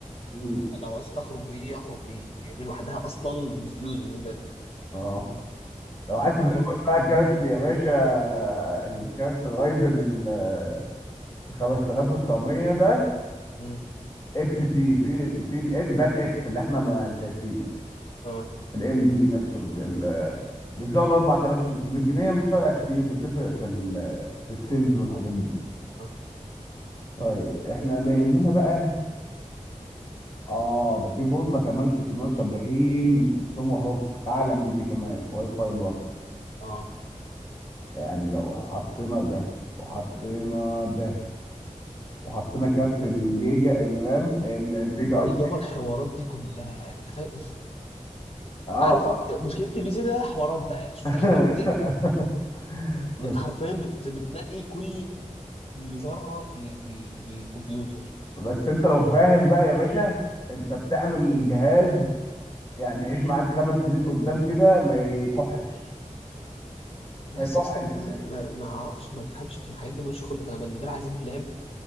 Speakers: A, on the left; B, on the left.
A: امم
B: لو عايز اخرج بيه اخرج بيه يعني دي لوحدها اصلا بفلوس بالنسبه لي
A: اه لو عايز تزود
B: انا برضه
A: بقى كارت يا باشا الكارت رايزن ال 5900 ده
B: امم
A: اكس تي في في الإك- ده الاكس اللي احنا ما شايفينه
B: اه
A: الام دي نفسه ال- ال- بتزود 4300 جنيه مش فارقه كتير بتفرق في ال- في السيلز والحاجات دي
B: اه
A: طيب احنا اللي يهمنا بقى اه ده في بوضه كمان 670 توما هوك اعلى من دي كمان واي فاي برضه
B: اه
A: يعني لو حطينا ده وحطينا ده وحطينا كارت الجيجا الرام ال- الفيجا
B: وايه
A: قصدي
B: يابا الحوارات دي كلها انت فاهم
A: اه
B: عارف مشكله البي سي ده حوارات بقى شفت
A: <laughs>
B: الحوارات دي
A: بس
B: انت حرفيا بت... بتنقي كل ذره في ال... في, ال... في الكمبيوتر
A: بس انت لو فاهم بقى يا باشا انت بتعمل جهاز يعني يعيش معاك خمس سنين قدام كده ما يكحش
B: بس
A: ما يكحش
B: يا اسطى إن انا
A: بجد.
B: ما... ما اعرفش ما افهمش في الحاجات دي ماليش خلق فانا بالنسبه لي عايز اجيب لاب